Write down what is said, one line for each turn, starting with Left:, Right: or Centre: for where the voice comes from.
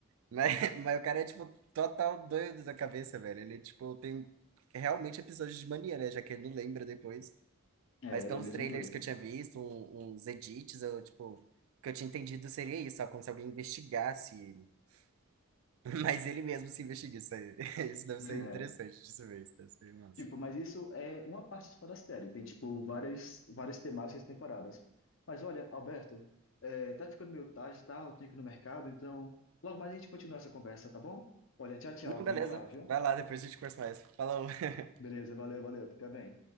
Right: Mas, <laughs> mas o cara é, tipo, total doido da cabeça, velho. Ele, tipo, tem realmente episódios de mania, né? Já que ele não lembra depois.
Left: É,
Right: Mas
Left: ele
Right: pelos
Left: é mesmo
Right: trailers
Left: doido.
Right: que eu tinha visto, um- uns edits, eu, tipo, o que eu tinha entendido seria isso, só como se alguém investigasse ele. <laughs> Mas ele mesmo se investiga. Isso, aí- <laughs> isso deve
Left: <laughs>
Right: ser interessante de se ver, isso deve ser massa.
Left: Tipo, mas isso é uma parte só da série. Tem, tipo, várias, várias temáticas e temporadas. Mas olha, Alberto, é, tá ficando meio tarde, tá? Eu tenho que ir no mercado, então logo mais a gente continua essa conversa, tá bom? Olha, tchau, tchau.
Right: Não,
Left: Vou
Right: beleza.
Left: indo lá, viu?
Right: Vai lá, depois a gente conversa mais. Falou. <laughs>
Left: Beleza, valeu, valeu. Fica bem.